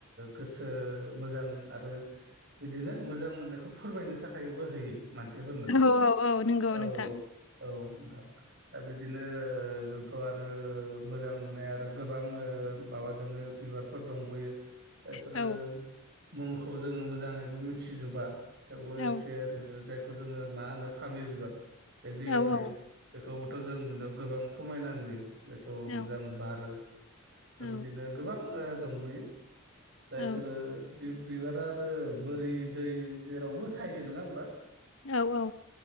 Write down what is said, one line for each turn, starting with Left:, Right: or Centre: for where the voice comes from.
Right: गोसो मोजां आरो बिदिनो मोजां मोननायखौ फोरमायनो थाखायबो होयो मानसिफोरनो
Left: औ औ औ नंगौ
Right: <unintelligible> औ
Left: नोंथां
Right: नोंथां दा बिदिनो जोंथ' आरो मोजां मोननाय आरो गोबां ओ माबा दङो बिबारफोर दंब'यो बेफोरो
Left: औ
Right: मुंखौ जोङो मोजाङैबो मिथिजोबा थेवबो
Left: औ
Right: एसे ओरैनो जाय खौ जोङो मा होनो फामे बिबार बे दैयाव
Left: औ
Right: थायो।
Left: औ
Right: बेखौबोथ' जों नुनायाव गोबां समायना नुयो बेथ'
Left: औ
Right: मोजां बारो।
Left: औ
Right: बिदिनो गोबां ओ दंबोयो जायफोरो
Left: औ
Right: बि बिबारा आरो बोरि दै जेरावबो थायो नोङा होमबा?
Left: औ औ।